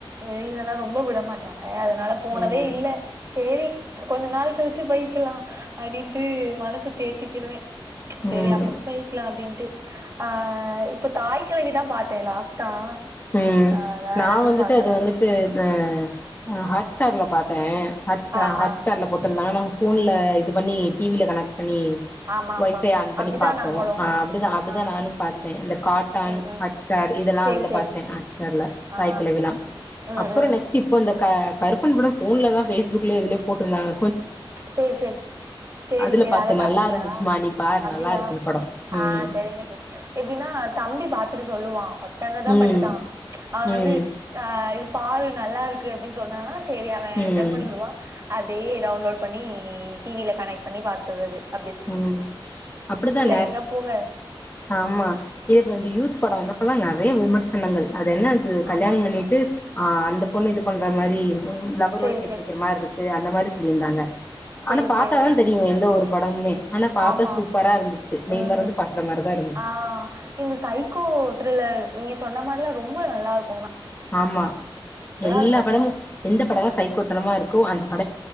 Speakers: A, on the right; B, on the left.
A: வெளிலலா ரொம்ப விட மாட்டாங்க ஏ அதனால போனதே
B: ம்
A: இல்ல சேரி கொஞ்ச நாள் கழிச்சு போயிக்கலா அடின்ட்டு மனச தேத்திக்கிருவே சேரி
B: ம்
A: அப்றம் பேய்க்கலா அப்டின்ட்டு ஆ இப்ப தாய் கெழவிதா பாத்தே லாஸ்ட்டா
B: ம்
A: ஆ வேற
B: நா
A: எதுவு
B: வந்துட்டு
A: பாக்கல
B: அது வந்துட்டு த ஆ ஹாட் ஸ்டார்ல பாத்தே ஹாட்ஸா
A: ஆ
B: ஹாட்
A: ஆ
B: ஸ்டார்ல போட்ருந்தாங்க நா ஃபோன்ல இது பண்ணி டிவி ய கனெக்ட் பண்ணி
A: ஆமா ஆமா
B: ஒய் ஃபை ஆன் பண்ணி
A: அப்டிதா
B: பாப்போ
A: நாங்களு
B: அ அப்டி தா அப்டிதா
A: ஆ
B: நானு பாத்தே இந்த காட்டான்
A: ம் ம்
B: ஹட் ஸ்டார் இதெல்லா
A: சேரி
B: அதுல
A: சேரி
B: பாத் ஹாட்ஸ்டார்ல
A: ஆ
B: தாய்கிழவிலா
A: ம்
B: அப்றம்
A: ம்
B: நெக்ஸ்ட் இப்ப இந்த க கருப்பன் படம் ஃபோன்ல தா ஃபேஸ் புக்லயோ எதுலியோ போட்ருந்தாங்க
A: சேரி சேரி சேரி
B: அதுல
A: சேரி
B: பாத்தே
A: அத பாத்தீங்ளா
B: நல்லா இருந்துச்சுமா நீ பாரு
A: அப்டியா
B: நல்லா இருக்கு இந்த படோ ம்
A: ஆ சரிங்க சிஸ் எப்டினா தம்பி பாத்துட்டு சொல்லுவா ஃபஸ் ஸ்டண்டர்ட் தா
B: ம்
A: படிக்கா அவ
B: ம்
A: வந்து அ பாரு நல்லாருக்கு அப்டின் சொன்னானா சேரி அவ
B: ம்
A: சென்ட் பண்ணி விடுவா அதே டவுண்லோட் பண்ணி டிவில கனெக்ட் பண்ணி பாத்தது அது
B: ம் அப்டித்தா நா
A: எங்க போக
B: ஆமா இதுக் வந்து யூத் படம் வந்தப்பல்லா நறைய விமர்சனங்கள் அது என்ன அது கல்யாண்
A: ஆமா
B: பண்ணிட்டு
A: ஆமா
B: ஆ அந் த பொண்ணு இது பண்ற மாரி லவ்வரோட
A: சேரி
B: சேத்து
A: சேரி
B: வைக்கிற மார்ருக்கு அந்த மாரி சொல்லிந்தாங்க
A: சேரி
B: ஆனா பாத்தாதா
A: சேரி ஆ
B: தெரியு எந்த ஒரு ப <unintelligible> ஆனா பாத்தா
A: ஆமா
B: சூப்பராருந்துச்சு மெய்
A: ம்.
B: மறந்து பாக்ற மாரிதா இருந்துச்சு
A: ஆ இந்த சைக்கோ <unintelligible> நீங்க சொன்ன மாதிரிலா ரொம்ப நல்லாருக்கு
B: ஆமா எல்லா
A: இருக்கும்.
B: படமு எந்த படலா சைக்கோத்தனமாருக்கு கோ அந்த ப